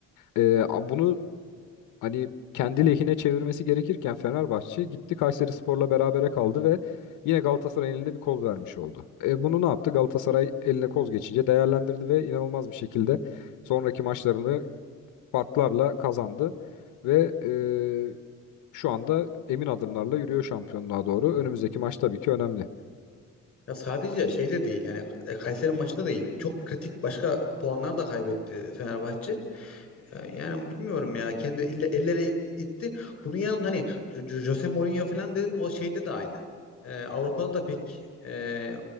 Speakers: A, on the left (about 85°); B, on the left (about 45°).
A: E, a- bunu hani kendi lehine çevirmesi gerekirken Fenerbahçe gitti Kayserispor'la berabere kaldı ve yine Galatasaray'ın elinde bir koz vermiş oldu. E, bunu ne yaptı? Galatasaray eline koz geçince değerlendirdi ve inanılmaz bir şekilde sonraki maçlarını farklarla kazandı ve e, şu anda emin adımlarla yürüyor şampiyonluğa doğru. Önümüzdeki maç tabii ki önemli.
B: Ya sadece şeyde değil yani e, Kayseri maçında değil. Çok kritik başka puanlar da kaybetti Fenerbahçe. E, Yani bilmiyorum ya kendi elle- elleri it- itti. Bunun yanında hani Jo- Jo- Jose Mourinho falan dedin o şeyde de aynı. E, Avrupa'da da pek e,